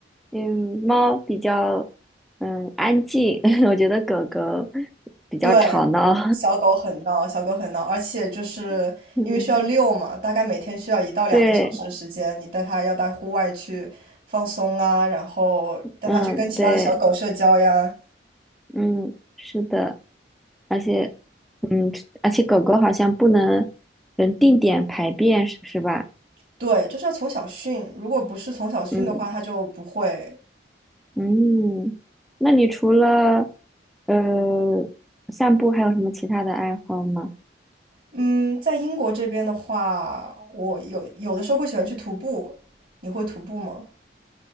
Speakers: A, in the centre; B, on the right.
A: 嗯，猫比较嗯安静，<laughs> 我觉得狗狗比较吵闹。
B: 对，小狗很闹，小狗很闹，而且就是因为需要遛嘛，
A: <laughs> 嗯，
B: 大概每天需要一到两个小时的时间，
A: 对，
B: 你带它要到户外去放松啊，然后带它去跟其他的小狗社交呀。
A: 嗯，对，嗯，是的。而且而且狗狗好像不能嗯定点排便，是是吧？
B: 对，就是要从小训，如果不是从小训的话，
A: 嗯
B: 它就不会。
A: 嗯，那你除了呃散步，还有什么其他的爱好吗？
B: 嗯，在英国这边的话，我有有的时候会喜欢去徒步，你会徒步吗？